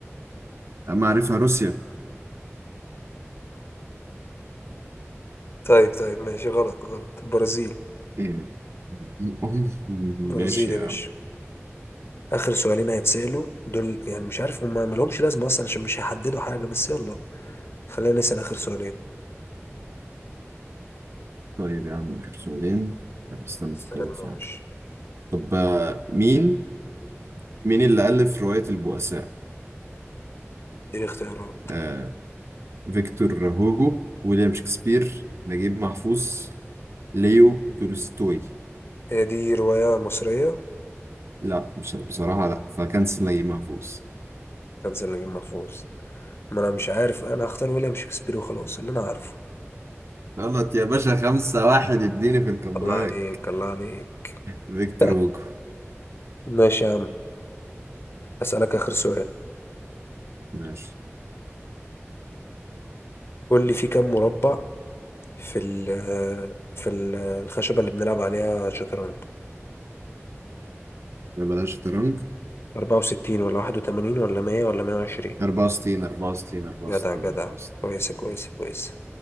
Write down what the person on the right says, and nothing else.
معرفة روسيا
ايه أم ماشي
يا
عم
طيب يا عم آخر سؤالين طب استنى
أفكر في
حاجة
طب آه، مين مين اللي ألف رواية البؤساء؟
آه، فيكتور هوجو، ويليام شكسبير، نجيب محفوظ، ليو تولستوي.
لا مش بصراحة لا فكنسل نجيب محفوظ.
غلط يا باشا خمسة واحد اديني في الكامباك
فيكتور
هوجو
ماشي
ده بلاش شطرنج
64 64 64
64